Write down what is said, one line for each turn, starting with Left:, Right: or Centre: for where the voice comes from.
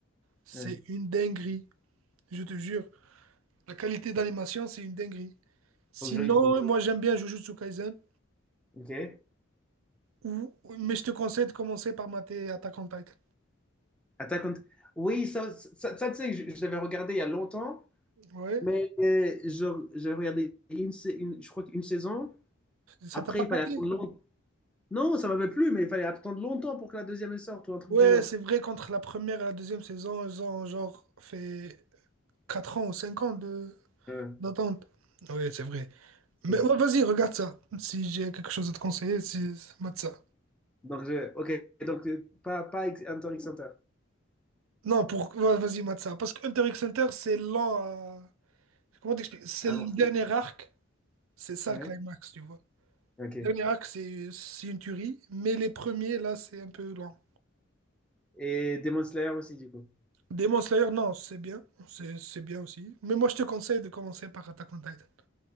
Right: C'est
Centre: Ouais.
Right: une dinguerie, je te jure. La qualité d'animation, c'est une dinguerie. Sinon,
Centre: Faut que je, il faut que
Right: moi j'aime bien Jujutsu Kaisen,
Centre: je... Ok.
Right: ou, ou- mais je te conseille de commencer par mater Attack on Titan.
Centre: Attack on- Oui, ça, ça, ça, tu sais, je, je l'avais regardé il y a longtemps,
Right: Ouais,
Centre: mais euh, je- j'ai regardé une, sa- une- je crois qu'une saison.
Right: ça
Centre: Après,
Right: t'a pas
Centre: il
Right: capté?
Centre: fallait attendre longtemps. Non, ça m'avait plu, mais il fallait attendre longtemps pour que la deuxième elle sorte ou un truc
Right: Ouais,
Centre: du genre.
Right: c'est vrai qu'entre la première et la deuxième saison, ils ont genre fait 4 ans ou 5 ans de
Centre: Ouais,
Right: d'attente. Ouais, c'est vrai. Mais
Centre: c'est-
Right: ouais, vas-y, regarde ça. Si j'ai quelque chose à te conseiller, si, mate ça.
Centre: Donc, je, ok, donc euh, pas, pas X- Hunter x Hunter.
Right: Non, pour, ouais, vas-y, mate ça. Parce que Hunter x Hunter, c'est lent à... Comment t'expliques? C'est
Centre: Ah,
Right: le
Centre: Marseille.
Right: dernier arc, c'est ça
Centre: Ouais,
Right: le climax, tu vois.
Centre: ok.
Right: Dernier acte, c'est c'est une tuerie, mais les premiers, là, c'est un peu lent.
Centre: Et Demon Slayer aussi, du coup.
Right: Demon Slayer, non, c'est bien, c'est c'est bien aussi. Mais moi, je te conseille de commencer par Attack on Titan.